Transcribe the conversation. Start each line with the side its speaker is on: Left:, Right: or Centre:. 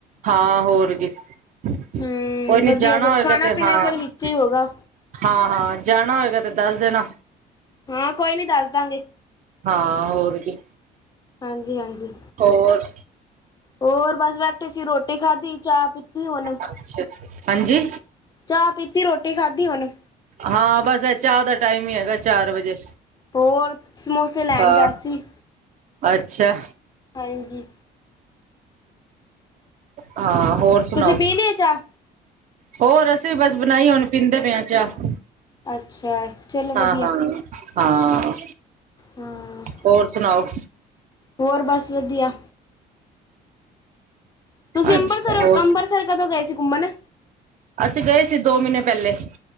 Right: ਹਾਂ ਹੋਰ ਗ ਕੋਈ
Left: ਹਮ
Right: ਨੀ
Left: ਵਧੀਆ
Right: ਜਾਣਾ
Left: ਸਭ
Right: ਹੋਏਗਾ,
Left: ਖਾਣਾ
Right: ਤੇ
Left: ਪੀਣਾ
Right: ਹਾਂ।
Left: ਫਿਰ ਵਿੱਚ ਹੀ ਹੋਗਾ
Right: ਹਾਂ ਹਾਂ ਜਾਣਾ ਹੋਏਗਾ, ਤੇ ਦੱਸ ਦੇਣਾ।
Left: ਹਾਂ ਕੋਈ ਨੀ ਦੱਸ ਦਾਂਗੇ।
Right: ਹਾਂ ਹੋਰ ਵੀ
Left: ਹਾਂਜੀ ਹਾਂਜੀ
Right: ਹੋਰ
Left: ਹੋਰ ਬਸ ਬੈਠੇ ਸੀ ਰੋਟੀ ਖਾਧੀ ਚਾਹ ਪੀਤੀ ਹੁਣ
Right: ਅੱਛਾ ਹਾਂਜੀ
Left: ਚਾਹ ਪੀਤੀ ਰੋਟੀ ਖਾਧੀ ਉਹਨ
Right: ਹਾਂ ਬਸ ਇਹ ਚਾਹ ਦਾ ਟਾਈਮ ਹੀ ਹੈਗਾ ਚਾਰ ਵਜੇ
Left: ਹੋਰ ਸਮੋਸੇ ਲੈਣ
Right: ਹਾਂ
Left: ਜਾ ਸੀ
Right: ਅੱਛਾ
Left: ਹਾਂਜੀ
Right: ਹਾਂ ਹੋਰ ਸੁਣਾਓ
Left: ਤੁਸੀਂ ਪੀ ਲਈ ਚਾਹ
Right: ਹੋਰ ਅਸੀਂ ਵੀ ਬਸ ਬਣਾਈ, ਹੁਣ ਪੀਂਦੇ ਪਏ ਚਾਹ।
Left: ਅੱਛਾ। ਚਲੋ ਵਧੀਆ
Right: ਹਾਂ ਹਾਂ ਹਾਂ।
Left: ਹਾਂ।
Right: ਹੋਰ ਸੁਣਾਓ।
Left: ਹੋਰ ਬਸ ਵਧੀਆ। ਤੁਸੀਂ
Right: ਅੱਛਾ।
Left: ਅੰਮ੍ਰਿਤਸਰ
Right: ਹੋਰ
Left: ਅੰਮ੍ਰਤਸਰ, ਕਦੋਂ ਗਏ ਸੀ ਘੁੰਮਣ।
Right: ਅਸੀਂ ਗਏ ਸੀ, ਦੋ ਮਹੀਨੇ ਪਹਿਲੇ।